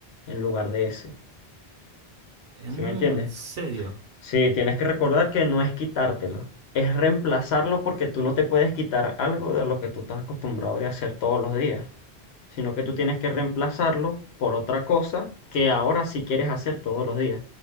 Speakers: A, on the left; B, on the right.
A: en lugar de ese.
B: Mm,
A: ¿Sí me entiendes?
B: en serio.
A: Sí, tienes que recordar que no es quitártelo, es reemplazarlo porque tú no te puedes quitar algo de lo que tú estás acostumbrado de hacer todos los días, sino que tú tienes que reemplazarlo por otra cosa que ahora sí quieres hacer todos los días.